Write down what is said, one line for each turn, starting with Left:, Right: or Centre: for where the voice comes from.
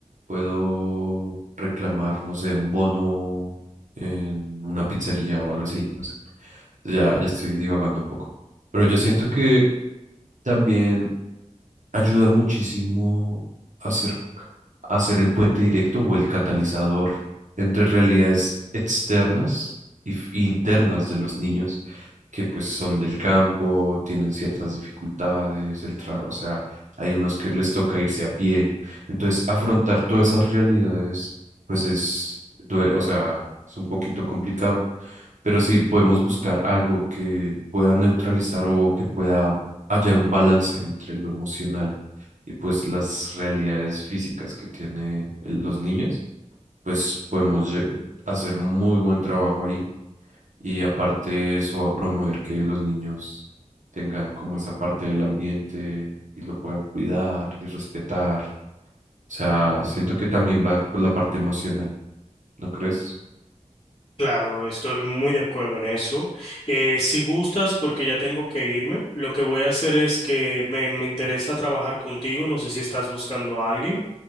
Right: puedo reclamar, no sé, un bono en una pizzería o algo así, no sé. Ya, ya estoy divagando un poco. Pero yo siento que también ayuda muchísimo a hacer, a hacer el puente directo o el catalizador entre realidades externas y f- e internas de los niños que pues son del campo, tienen ciertas dificultades, el tra- o sea, hay unos que les toca irse a pie. Entonces, afrontar todas esas realidades pues es, due- o sea, es un poquito complicado. Pero si podemos buscar algo que pueda neutralizar o que pueda hallar un balance entre lo emocional y pues las realidades físicas que tiene el- los niños, pues podemos lle- hacer muy buen trabajo ahí. Y aparte eso va a promover que los niños tengan como esa parte del ambiente y lo puedan cuidar y respetar. O sea, siento que también va por la parte emocional, ¿no crees?
Left: Claro, estoy muy de acuerdo en eso. Eh, si gustas, porque ya tengo que irme, lo que voy a hacer es que me, me interesa trabajar contigo, no sé si estás buscando a alguien.